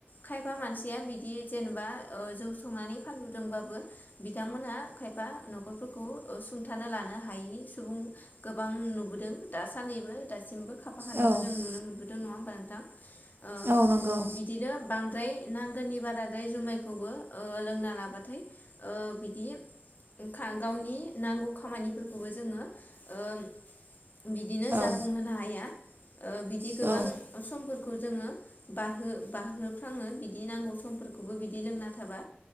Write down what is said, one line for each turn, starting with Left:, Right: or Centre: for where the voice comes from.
Left: खायफा मानसि सिया बिदि जेनेबा ओ जौ संनानै फानबोदोंबाबो बिथांमोनहा खायफा न'खरफोरखौ सुंथानो लानो हायि सुबुं गोबां नुबोदों दासान्दिबो दासिमबो खाफाखानायखौ
Right: औ
Left: जों नुनो मो नुदों नङा होमबा नोंथां? ओ
Right: औ नंगौ
Left: बिदिनो बांद्राय नांगौनि बाराद्राय जुमायखौबो ओ लोंना लाबाथाय ओ बिदि खा गावनि नांगौ खामानिफोरखौबो जोङो ओ बिदिनो जाफुंहोनो
Right: औ
Left: हाया। ओ बिदि गोबां
Right: औ
Left: समफोरखौ जोङो बारहो बारहोफ्राङो बिदि नांगौ समफोरखौबो बिदि लोंना थाबा।